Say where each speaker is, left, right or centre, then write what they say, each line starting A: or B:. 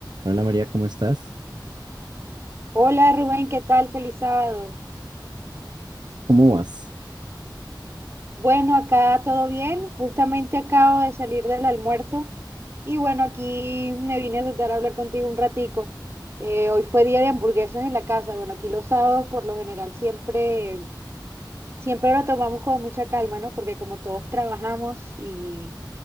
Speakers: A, on the right; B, on the right.
A: Hola María, ¿cómo estás?
B: Hola Rubén, ¿qué tal? Feliz sábado.
A: ¿Cómo vas?
B: Bueno, acá todo bien. Justamente acabo de salir del almuerzo y bueno, aquí me vine a sentar a hablar contigo un ratico. Eh, hoy fue día de hamburguesas en la casa. Bueno, aquí los sábados por lo general siempre, siempre lo tomamos con mucha calma, ¿no? Porque como todos trabajamos y